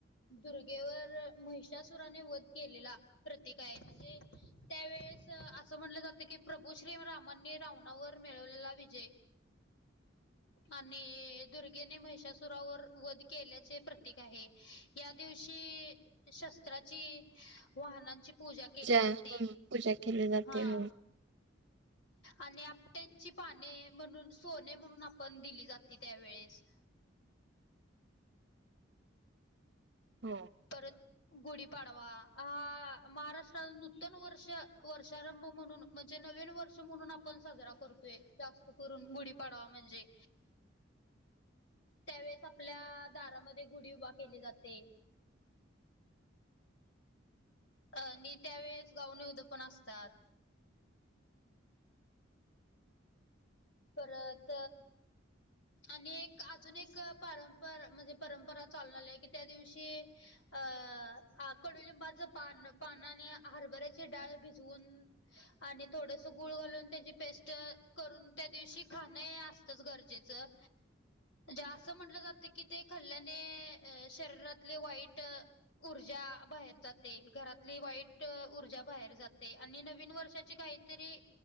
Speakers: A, on the left (about 65°); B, on the right (about 65°).
A: दुर्गेवर महिषासुराने वध केलेला. प्रतीक आहे. म्हणजे त्यावेेळेस असं म्हणलं जातं की प्रभू श्री रामाने रावणा वर मिळवलेला विजय. आणि दुर्गेने महिषासुरावर वध केल्याचे प्रतीक आहे. या दिवशी शस्त्राची वाहनांची पूजा केली जाते.
B: हं, पूजा केली जाते
A: हा.
B: हो.
A: आणि आपट्यांची पाने म्हणून सोने म्हणून आपण दिली जाते त्यावेेळेस.
B: हो.
A: परत गुढीपाडवा, हा महाराष्ट्रान नूतन वर्ष वर्षारंभ म्हणून म्हणजे नवीन वर्ष म्हणून आपण साजरा करतोय, जास्त करून गुढीपाडवा म्हणजे त्यावेळेस आपल्या दारामध्ये गुढी उभा केली जाते. अ, आणि त्यावेेळेस गाव निउदं पण असतात. परत आणि एक अजून एक पारंपर म्हणजे परंपरा चालून आली हाय की त्या दिवशी अ, कडुलिंबाच पान, पान आणि हरभऱ्याची डाळ भिजवून आणि थोडस गुळ घालून त्याची पेस्ट करून. त्या दिवशी खाणं हे असतच गरजेचं. जे असं म्हटलं जातं की ते खाल्ल्याने शरीरातले वाईट ऊर्जा बाहेर जाते. घरातली वाईट ऊर्जा बाहेर जाते आणि नवीन वर्षाची काही तरी